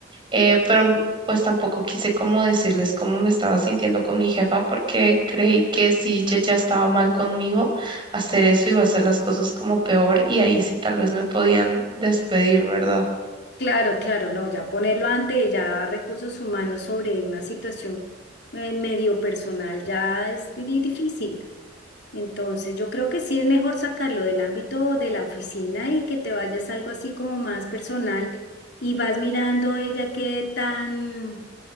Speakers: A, on the right; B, on the left.
A: eh, pero pues tampoco quise como decirles cómo me estaba sintiendo con mi jefa porque creí que si ella ya estaba mal conmigo, hacer eso iba a hacer las cosas como peor y ahí sí tal vez me podían despedir, ¿verdad?
B: Claro, claro, no, ya ponerlo ante ya recursos humanos sobre una situación eh, medio personal ya es di- di- difícil. Entonces, yo creo que sí es mejor sacarlo del ámbito de la oficina y que te vayas a algo así como más personal y vas mirando ella qué tan,